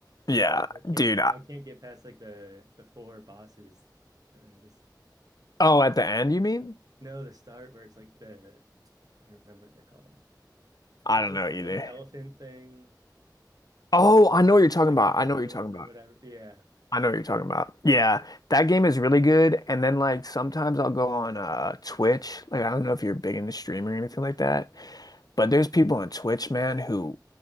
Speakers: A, on the left; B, on the right.
A: Yeah,
B: I can't
A: dude.
B: get
A: I,
B: I can't get past like the the four bosses. And I just
A: oh, at the end, you mean?
B: no, the start where it's like the I don't remember what they're called.
A: I
B: It's,
A: don't
B: it's
A: know either.
B: like the elephant thing,
A: Oh,
B: like
A: I know what you're talking
B: like
A: about.
B: the trials
A: I know what you're talking about.
B: or whatever. Yeah.
A: I know what you're talking about. Yeah,
B: Yeah. <laughs>
A: that game is really good. And then like sometimes I'll go on uh Twitch. Like I don't know if you're big into streaming or anything like that, but there's people on Twitch, man, who